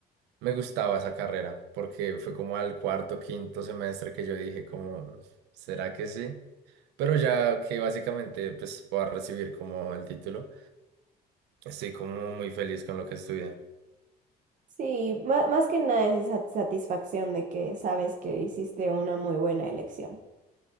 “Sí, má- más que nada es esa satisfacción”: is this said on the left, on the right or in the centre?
Right